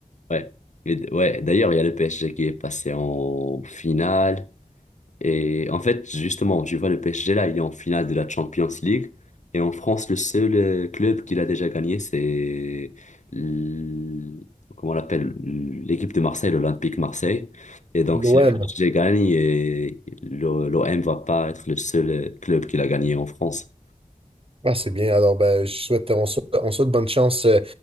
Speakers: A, on the left; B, on the right.
A: Ouais. Et d- ouais. D'ailleurs, il y a le PSG qui est passé en finale. Et en fait, justement, tu vois, le PSG là, il est en finale de la Champions League. Et en France, le seul euh, club qu'il a déjà gagné, c'est l- comment on l'appelle, l'équipe de Marseille, l'Olympique Marseille. Et donc,
B: L'OM,
A: si le PSG gagne, et l'O- M va pas être le seul euh, club qu'il a gagné en France.
B: Ah, c'est bien. Alors, ben, je souhaite, on souhaite, on souhaite bonne chance euh,